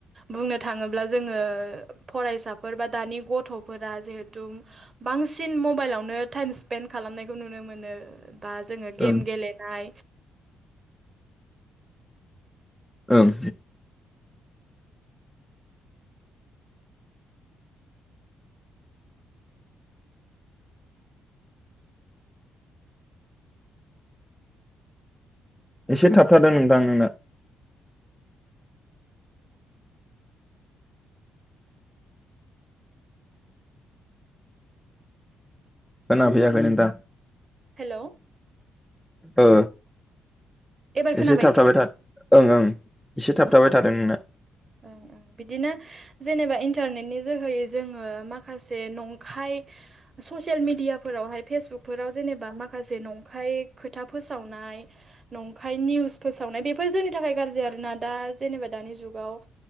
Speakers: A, on the right (about 35°); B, in the centre.
A: बुंनो थाङोब्ला जोङो फरायसाफोर बा दानि गथ'फोरा जिहेथु बांसिन मबाइलावनो टाइम स्पेन्ड खालामनायखौ नुनो मोनो। बा जोङो गेम
B: ओं
A: गेलेनाय
B: ओं एसे थाबथादों नोंथां नोंना। खोनाफैयाखै नोंथां।
A: हेल'
B: ओ
A: एबार खोनाबाय
B: एसे थाब थाबाय था ओं ओं एसे थाबथाबाय
A: औ
B: थादों नोंना।
A: ओं ओं बिदिनो जेनेबा इन्टारनेटनि जोहै जोङो माखासे नंखाय ससियेल मिडियाफोरावहाय फेसबुकफोराव जेनेबा माखासे नंखाय खोथा फोसावनाय नंखाय निउस फोसावनाय बेफोर जोंनि थाखाय गाज्रि आरोना दा जेनेबा दानि जुगाव।